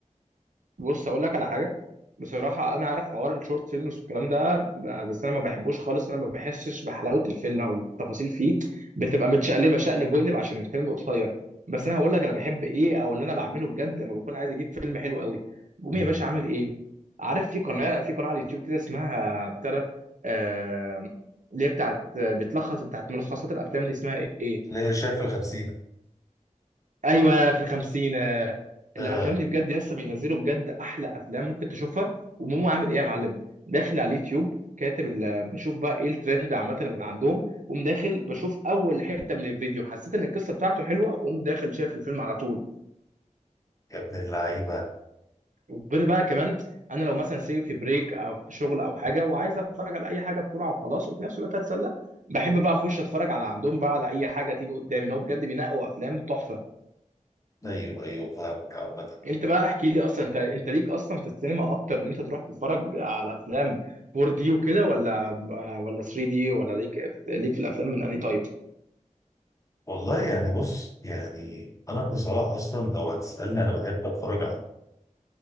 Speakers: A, on the right (about 70°); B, on the left (about 25°).
A: بص اقول لك على حاجه بصراحه انا عارف حوار الشورت فيلمز والكلام ده ب- بس انا ما بحبوش خالص انا ما بحسش بحلاوه الفيلم او التفاصيل فيه بتبقى متشقلبه شقلب وقلب عشان الفيلم قصير بس انا هقول لك انا بحب ايه او اللي انا بعمله بجد لما بكون عايز اجيب فيلم حلو قوي بقوم
B: مم.
A: يا باشا عامل ايه عارف في قناه في قناه على اليوتيوب كده اسمها بتاع ده، آه، اللي هي بتاعت بتلخص بتاعت ملخصات الافلام دي اسمها ايه
B: اللي هي شايف الخمسين
A: ايوه في الخمسين آه،
B: اه
A: الافلام دي بجد لسه بينزلوا بجد احلى افلام ممكن تشوفها وماما عامل ايه يا معلم داخل على اليوتيوب كاتب ال- بشوف بقى ايه الترند عامه اللي عندهم قوم داخل بشوف اول حته من الفيديو حسيت ان القصه بتاعته حلوه قوم داخل شايف الفيلم على طول
B: يا ابن اللعيبة
A: وغير بقى كمان انا لو مثلا سيب في بريك او في شغل او حاجه وعايز اتفرج على اي حاجه بسرعه وخلاص وفي نفس الوقت اتسلى بحب بقى اخش اتفرج على عندهم بقى على اي حاجه تيجي قدامي ان هو بجد بينقوا افلام تحفه
B: ايوه ايوه فاهمك عامة
A: انت بقى احكي لي اصلا انت انت ليك اصلا في السينما اكتر ان انت تروح تتفرج على افلام 4 دي وكده ولا ولا 3 دي ولا ليك ليك في الافلام من انهي تايب
B: والله يعني بص يعني انا بصراحة اصلا لو هتسألني انا بحب اتفرج على